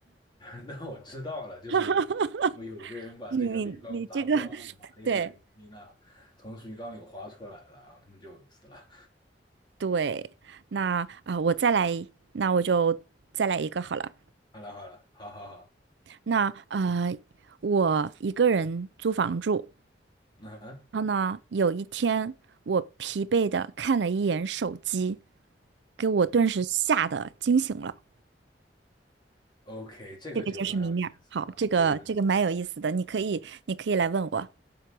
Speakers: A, on the left (about 25°); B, on the right (about 80°).
A: <laughs> 那我知道了，就是有有一个人把这个鱼缸打破，
B: <laughs> 你你你这个，<laughs>
A: 然后玛丽和丽娜从鱼缸里滑出来了，
B: 对，
A: 然后他们就死了。
B: 对，那啊、呃我再来，那我就再来一个好了。
A: 好了好了，好好好，
B: 那呃，我一个人租房住，
A: 嗯
B: 然后呢，有一天我疲惫的看了一眼手机，给我顿时吓得惊醒了。
A: ，OK，这个就蛮有意思了，
B: 这个就是谜面儿。好，这个这个蛮有意思的，
A: 就是蛮
B: 你可以你可以来问我，